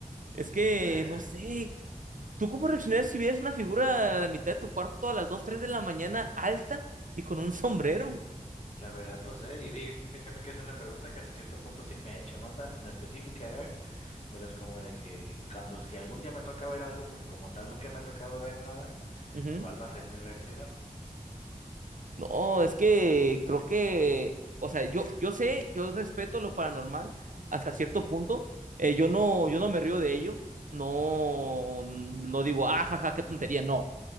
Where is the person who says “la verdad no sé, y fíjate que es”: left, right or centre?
Left